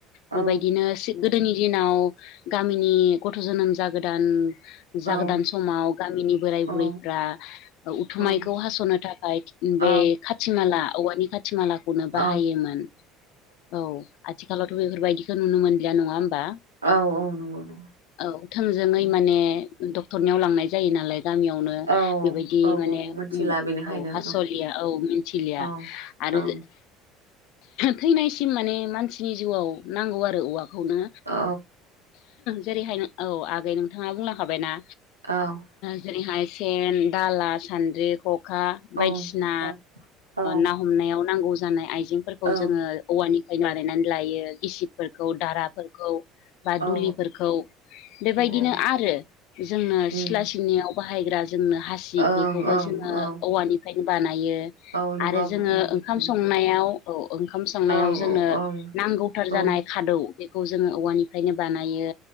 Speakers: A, on the left; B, on the right.
A: बेबायदिनो
B: औ
A: सि गोदोनि दिनाव गामिनि गथ' जोनोम जागोदान
B: औ
A: जागोदान समाव गामिनि बोराय
B: औ
A: बुरैफोरा उथुमायखौ
B: औ
A: हास'नो थाखाय
B: औ
A: बे खाथि खाथि माला औवानि खाथि मालाखौनो
B: औ
A: बाहायोमोन औ आथिखालावथ' बेफोरबायदिखौ नुनो मोनलिया नङा होमबा
B: औ-औ नंगौ नंगौ
A: औ थोंजोङै
B: उम
A: माने डक्टरनियाव लांनाय जायो नालाय गामियावनो
B: औ
A: बेबायदि
B: औ
A: माने
B: औ मिथिला बेनिखायनो
A: औ हास'लिया औ मिन्थिलिया
B: ओं
A: आरो
B: औ
A: थैनायसिम माने मानसिनि जिउआव नांगौ आरो औवाखौनो
B: औ
A: जेरैहाय औ आगै नोंथाङा बुंलांखाबायनाा
B: औ
A: जेरैहाय सेन दाला सान्द्रि खख खा
B: औ
A: बायदिसिना
B: औ औ
A: ना हमनायाव नांगौ जानाय आइजेंफोरखौ
B: औ
A: जोङो औवानिफ्रायनो बानायनानै लायो गिसिबफोरखौ दाराफोरखौ बा
B: औ
A: दुलिफोरखौ बेबायदिनो
B: औ
A: आरो जोंनो
B: उम
A: सिथ्ला सिबनियाव बाहायग्रा जोंनो हासिब
B: ओं
A: बेखौबो
B: ओं
A: जोङो
B: औ
A: औवानि फ्रायनो बानायो
B: औ नंगौ
A: आरो
B: आब'
A: जोङो
B: उम
A: ओंखाम
B: उम
A: संनायाव औ ओंखाम संनायाव
B: औ
A: जोंनो
B: ओं
A: नांगौथार
B: औ
A: जानाय खादौ बेखौ जोङो औवानिफ्रायनो बानायो